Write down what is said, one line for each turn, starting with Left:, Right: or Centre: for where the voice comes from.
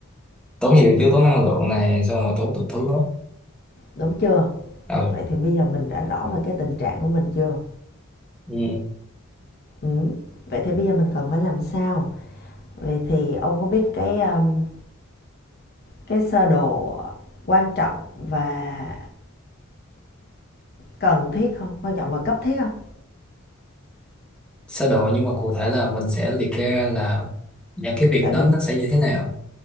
Centre: tốn nhiều chứ tốn năng lượng này xong rồi tốn tụt thứ đó
Left: Đúng chưa?
Centre: ừ
Left: Vậy thì bây giờ mình đã rõ về cái tình trạng của mình chưa?
Centre: Ừ,
Left: Ừ. Vậy thì bây giờ mình cần phải làm sao? Vậy thì ông có biết cái um, cái sơ đồ quan trọng và cần thiết không quan trọng và cấp thiết không
Centre: sơ đồ nhưng mà cụ thể là mình sẽ liệt kê ra là những cái việc
Left: tại
Centre: đó
Left: vì
Centre: nó sẽ như thế nào